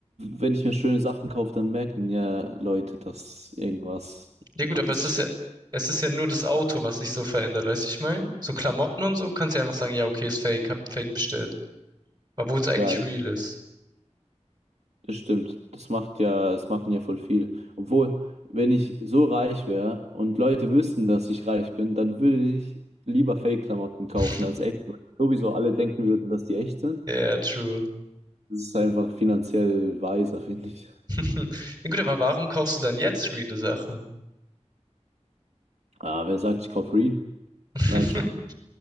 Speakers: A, on the right; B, on the right.
A: wenn ich mir schöne Sachen kaufe, dann merken ja Leute, dass irgendwas.
B: Ja gut,
A: Also,
B: aber es
A: ich,
B: ist ja, es ist ja nur das Auto, was sich so verändert, weißt du, ich meine? So Klamotten und so kannst du ja einfach sagen, ja, okay, ist fake, hab fake bestellt. Obwohl es eigentlich
A: ja,
B: real ist.
A: das stimmt. Das macht ja, das machen ja voll viel. Obwohl, wenn ich so reich wäre und Leute wüssten, dass ich reich bin, dann würde ich lieber Fake-Klamotten kaufen
B: <laughs>
A: als echt. Sowieso alle denken würden, dass die echt sind.
B: ja true.
A: Das ist einfach finanziell weiser, finde ich.
B: <laughs> Ja gut, aber warum kaufst du dann jetzt reale Sachen?
A: Ah, wer sagt, ich kaufe Real?
B: <laughs>
A: Nein, Spaß.